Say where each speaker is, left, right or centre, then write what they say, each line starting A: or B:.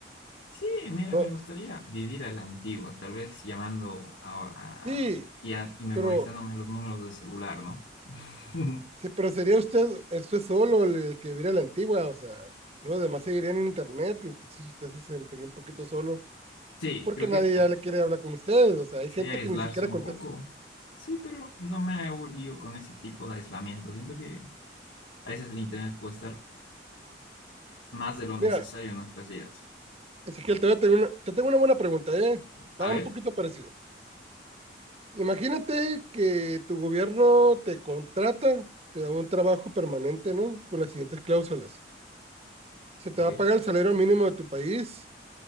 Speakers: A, on the left (about 80°); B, on the right (about 35°).
A: Sí, mira,
B: No,
A: me gustaría vivir a la antigua, tal vez llamando a-
B: sí,
A: a- y, a- y memorizándome
B: pero,
A: los números de celular, ¿no? <laughs>
B: sí, pero sería usted, usted solo el el que viviera la antigua, o sea, los demás seguirían en internet, y entonces usted se sentiría un poquito solo,
A: Sí,
B: porque
A: creo
B: nadie
A: que ta-
B: ya le quiere hablar con ustedes, o sea, hay
A: sería
B: gente
A: aislarse
B: que ni siquiera
A: un
B: contesta.
A: poco. Sí, pero no me hago lío con ese tipo de aislamiento. Siento que a veces el internet puede estar más de lo necesario
B: Mira,
A: en nuestras vidas.
B: Ezequiel, te, voy a tener una, te tengo una buena pregunta, ¿eh?
A: A
B: Va un
A: ver,
B: poquito parecido. Imagínate que tu gobierno te contrata, te da un trabajo permanente, ¿no? Con las siguientes cláusulas. Se te
A: ok.
B: va a pagar el salario mínimo de tu país,